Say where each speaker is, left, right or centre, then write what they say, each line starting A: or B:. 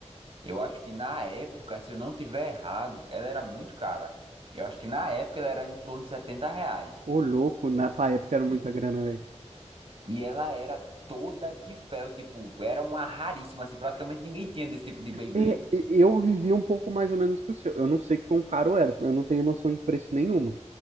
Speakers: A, on the right (about 55°); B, on the right (about 75°).
A: Eu acho que na época, se eu não tiver errado, ela era muito cara. Eu acho que na época ela era em torno de 70 reais.
B: Ô, louco, na pá, época era muita
A: E,
B: grana, velho.
A: e ela era toda de fel, tipo, era uma raríssima, assim, praticamente ninguém tinha desse tipo de Beyblade.
B: É, e- eu vivi um pouco mais ou menos que o seu. Eu não sei quão caro era, eu não tenho noção de preço nenhuma.